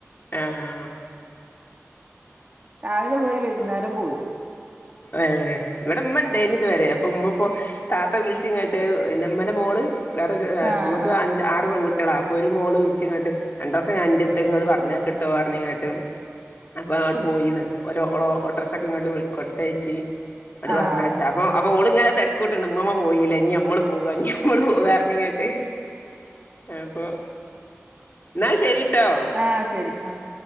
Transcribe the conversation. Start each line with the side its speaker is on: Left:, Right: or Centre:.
Left: ആഹ്
Right: രാവിലെ പോയി വൈകുന്നേരം പോരും
Left: ഏ ഇവിടെ ഇമ്മണ്ടായിരുന്നു തുവരെ അപ്പൊ ഉമ്മ ഇപ്പോ താത്ത വിളിച്ചിങ്ങോട്ടു എൻ്റമ്മയുടെ മോള് വേറെ
Right: ആഹ്
Left: ഉമ്മുക്ക്
Right: ആഹ്
Left: അഞ്ച് ആറ് പെൺകുട്ടികളാ ഒരു മോള് വിളിച്ചിങ്ങാട്ട് രണ്ട് ദിവസം എൻന്റെ അടുത്തേക്ക് പറഞ്ഞയക്കട്ടോ പറഞ്ഞ് കേട്ട് അപ്പാ ആട് പോയീണ് ഓലൊ ഓളൊ ഓട്ടർഷക്കെങ്ങട്ട് വിട് കൊടുത്തയച്ച് ഇങ്ങട്
Right: ആഹ്
Left: പറഞ്ഞയച്ച് അപ്പം അപ്പോള് ഇങ്ങനെ തെര്ക്കൂട്ട്ണ്ട് ഉമ്മമ്മ പോയില്ലെ ഇഞ് ഞമ്മൾ പോവാ ഇഞ് ഞമ്മൾ പോവാർ ന്ങ്ങട്ട് അപ്പൊ ന്നാ ശരിട്ടോ
Right: ആഹ് ശരി ആഹ്